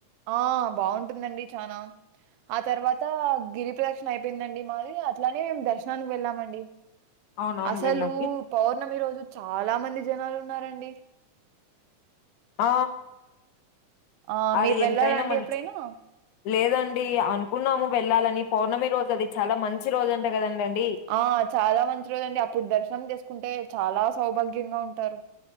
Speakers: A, on the right; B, on the left.
A: ఆ బావుంటుందండి చానా ఆ తర్వాత గిరిప్రదక్షి న అయిపోయిందండి మాది అట్లానే మేము దర్శనానికి వెళ్ళామండి
B: అవునవునులేండి
A: అసలు పౌర్ణమి రోజు చాలా మంది జనాలు ఉన్నారండి
B: ఆ
A: ఆ
B: అది
A: మీరు వెళ్లారాండి
B: ఎంతైనా మంచి
A: ఎప్పుడైనా
B: లేదండి అనుకున్నాము వెళ్ళాలని పౌర్ణమి రోజు అది చాలా మంచి రోజు అంట కదండి అ
A: ఆ చాలా మంచి రోజు అండి అప్పుడు దర్శనం చేసుకుంటే చాలా సౌభాగ్యంగా ఉంటారు